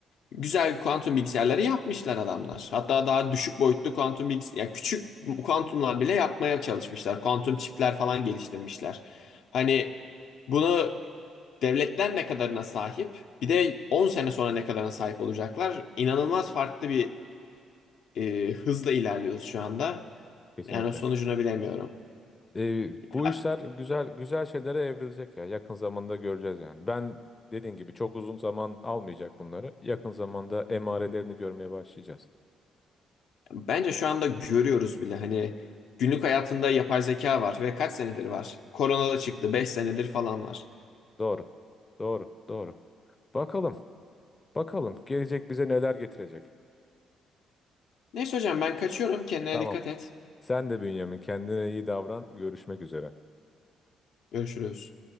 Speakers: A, on the left; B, on the left.
A: güzel kuantum bilgisayarları yapmışlar adamlar. Hatta daha düşük boyutlu kuantum bilgisayar, yani küçük kuantumlar bile yapmaya çalışmışlar. Kuantum çipler falan geliştirmişler. Hani bunu devletler ne kadarına sahip, bir de 10 sene sonra ne kadarına sahip olacaklar. İnanılmaz farklı bir e, hızla ilerliyoruz şu anda.
B: Kesinlikle.
A: Yani sonucunu bilemiyorum.
B: E, bu
A: Ha,
B: işler güzel güzel şeylere evrilecek ya. Yakın zamanda göreceğiz yani. Ben dediğin gibi çok uzun zaman almayacak bunları. Yakın zamanda emarelerini görmeye başlayacağız.
A: Bence şu anda görüyoruz bile hani günlük hayatında yapay zeka var ve kaç senedir var? Korona da çıktı, 5 senedir falan var.
B: Doğru. Doğru. Doğru. Bakalım. Bakalım gelecek bize neler getirecek.
A: Neyse hocam ben kaçıyorum. Kendine
B: Tamam.
A: dikkat et.
B: Sen de Bünyamin kendine iyi davran. Görüşmek üzere.
A: Görüşürüz.